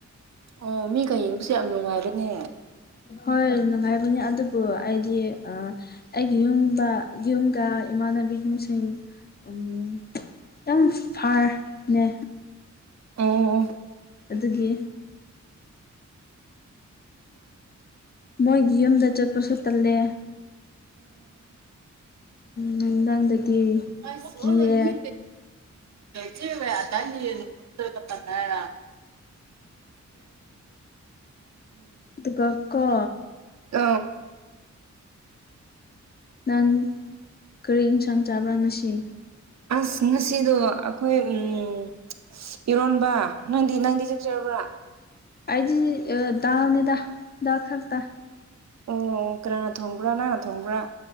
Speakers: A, on the right (about 65°); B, on the left (about 35°).
A: ꯎꯝ ꯃꯤꯒ ꯌꯦꯡꯕꯁꯦ ꯌꯥꯝ ꯅꯨꯡꯉꯥꯏꯕꯥꯅꯦ꯫
B: ꯍꯣꯏ ꯅꯨꯡꯉꯥꯏꯕꯅꯤ ꯑꯗꯨꯕꯨ ꯑꯩꯗꯤ ꯑꯩꯒꯤ ꯌꯨꯝꯕ ꯌꯨꯝꯒ ꯏꯃꯥꯟ ꯅꯕꯤ ꯌꯨꯝ ꯁꯤꯟ꯫ ꯎꯝ ꯇꯪ ꯐꯥꯔ ꯅꯦ
A: ꯑꯣ
B: ꯑꯗꯨꯒꯤ ꯃꯣꯏꯒꯤ ꯌꯨꯝꯗ ꯆꯠꯄꯁꯨ ꯇꯜꯂꯦ꯫ ꯅꯨꯡꯗꯥꯡꯗꯗꯤ
A: ꯑ ꯁꯣ
B: ꯀꯤꯌꯦ
A: ꯇꯗꯤ ꯆꯤꯃꯨꯌꯥ ꯇꯥꯏꯅꯤ ꯇꯟꯅꯦꯔꯥ <unintelligible>
B: ꯑꯗꯨꯒ ꯀꯣ
A: <unintelligible> ꯎꯝ ꯑ
B: ꯅꯪ ꯀꯔꯤ ꯏꯟꯁꯥꯡ ꯆꯥꯕ꯭ꯔꯥ ꯉꯁꯤ
A: ꯑꯁ ꯉꯁꯤꯗꯣ ꯑꯩꯈꯣꯏ ꯎꯝ ꯏꯔꯣꯟꯕ ꯅꯪꯗꯤ ꯅꯪꯗꯤ ꯆꯛꯆꯥꯔꯕ꯭ꯔꯥ
B: ꯑꯩꯗ ꯗꯥꯜ ꯅꯤ ꯗꯥ ꯗꯥꯜ ꯈꯥꯛꯇ꯫
A: ꯑꯣ ꯀꯅꯥꯅ ꯊꯣꯡꯕ꯭ꯔꯥ ꯅꯪꯅ ꯊꯣꯡꯕ꯭ꯔꯥ